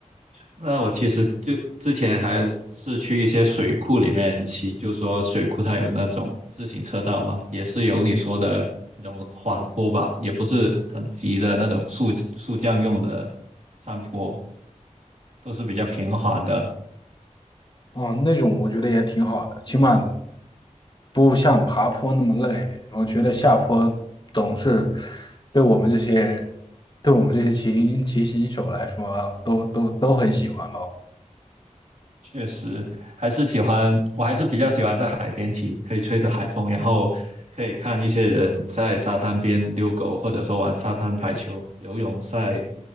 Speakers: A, on the right (about 65°); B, on the left (about 35°).
A: 那我其实就之前还是去一些水库里面骑，就说水库它有那种自行车道嘛，也是有你说的那种缓坡吧，也不是很急的那种速速降用的山坡，都是比较平缓的。
B: 哦，那种我觉得也挺好的，起码不像爬坡那么累。我觉得下坡总是对我们这些对我们这些骑骑行手来说，都都都很喜欢吧。
A: 确实，还是喜欢，我还是比较喜欢在海边骑，可以吹着海风，然后可以看一些人在沙滩边遛狗，或者说玩沙滩排球、游泳赛、